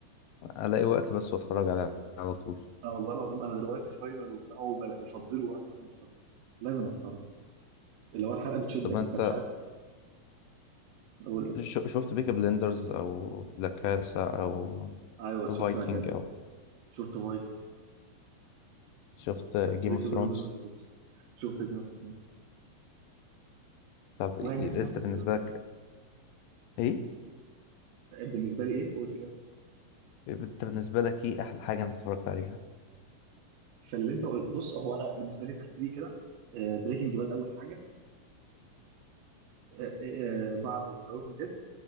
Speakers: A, on the left; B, on the right.
A: الاقي وقت بس واتفرج على على طول
B: انا والله العظيم انا دلوقتي فاينل وبتاع وبل- وفضله وقت عشان اتفرج لازم اتفرج اللي هو الحلقة بتشدك
A: طب انت
B: انت مش عارف أقول- إيه.
A: ش- شفت بيكي بلندرز او لا كاسا او
B: ايوه شفت
A: فايكنج
B: لك كذا
A: او
B: شفت فايكنج
A: شفت جيم
B: بس بيكي
A: اوف ثرونز
B: بلاندرز ما شفتوش شفت جيمس اوف ثرونز
A: طب
B: والله
A: إيه-
B: جيمس
A: إيه-
B: اوف ثرونز
A: انت بالنسبه
B: كان جامد قوي
A: لك ايه
B: بالنسبه لي ايه قول كده
A: انت بالنسبه لك ايه احلى حاجه انت اتفرجت عليها
B: فاللي انت قلت بص هو انا بالنسبه لي ترتيبي كده بريكنج باد اول حاجه آه، آه، آه، بعده ذا ووكينج ديد